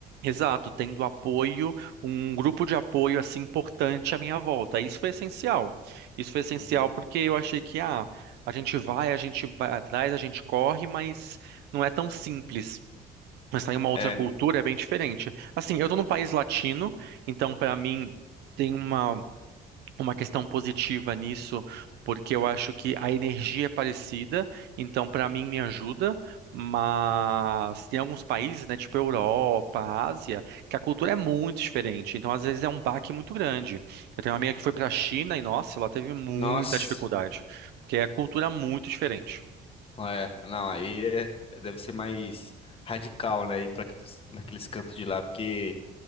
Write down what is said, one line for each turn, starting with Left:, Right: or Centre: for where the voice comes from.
Right: Exato, tendo apoio, um grupo de apoio assim importante à minha volta. Isso foi essencial. Isso foi essencial
Left: Uhum.
Right: porque eu achei que ah, a gente vai, a gente vai atrás, a gente corre, mas não é tão simples. Mas tá em uma outra
Left: É,
Right: cultura é bem diferente. Assim, eu tô num país latino, então para mim tem uma uma questão positiva nisso, porque eu acho que a energia é parecida, então para mim me ajuda, mas tem alguns países, né, tipo Europa, Ásia, que a cultura é muito diferente, então às vezes é um baque muito grande. Eu tenho uma amiga que foi para a China e nossa, ela teve muita
Left: nossa.
Right: dificuldade, porque é a cultura é muito diferente.
Left: É, não, aí é- deve ser mais radical, né, ir pra aqueles, naqueles cantos de lá, porque